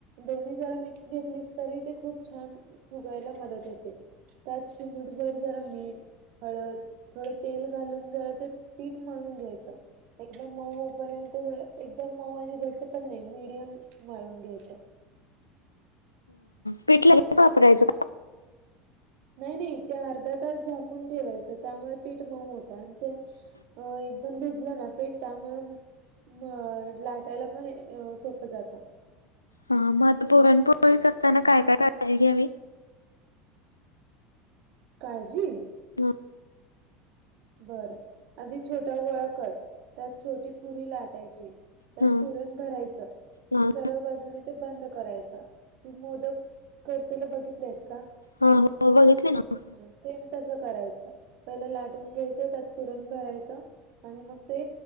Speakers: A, on the right (about 55°); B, on the left (about 85°).
A: दोन्ही जरा मिक्स घेतलीस तरी ते खूप छान फुगायला मदत होते. त्यात चिमूटभर जरा मीठ. हळद थोडं तेल घालून जरा ते पीठ मळुन घ्यायचं. एकदम मऊ होपर्यंत जर एकदम मऊ आणि घट्ट पण नाही मिीडियम मळून घ्यायचं.
B: पिठ लगेच वापरायच.
A: नाही नाही ते अर्धा तास झाकून ठेवायचं त्यामुळे पीठ मऊ होतं आणि ते. अ एकदम भिजलं ना पिठ त्यामुळे. मग लाटायला पण सोपं जातं.
B: हा मग आता पुरणपोळी करताना काय काय काळजी घ्यावी?
A: काळजी,
B: हा
A: बर. आधी छोटा गोळा कर, त्यात छोटी पुरी लाटायची. त्यात
B: हा
A: पुरण भरायचं-
B: हा
A: आणि सर्व बाजूने ते बंद करायच, तू मोदक करतेला बघितलेस का?
B: हा, हो बघितली ना.
A: सेम तस करायचं, पहिलं लाटून घ्यायचं, त्यात पुरण भरायचं- आणि मग ते